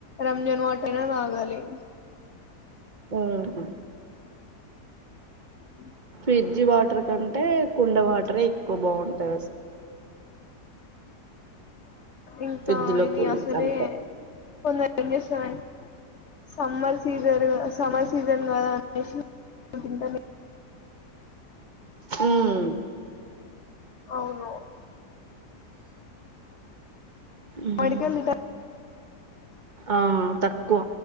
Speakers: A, on the left; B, on the right.
A: రంజాన్ వాటర్ నా తాగాలి
B: మ్మ్మ్మ్
A: అ
B: ఫిడ్జి వాటర్ కంటే కుండ వాటరే ఎక్కువ బాగుంటది అసలు
A: ఇంకా
B: ఫ్రిడ్జ్ లో
A: ఇది
B: కూలింగ్
A: అసలే
B: కంటే
A: కొందరు ఏం చేస్తారంట సమ్మర్ సీజన్ సమ్మర్ సీజన్ కదా అనేసి తింటాను
B: మ్మ్మ్మ్
A: అవును
B: ఉమ్.
A: మడికందిట
B: ఆ తక్కువ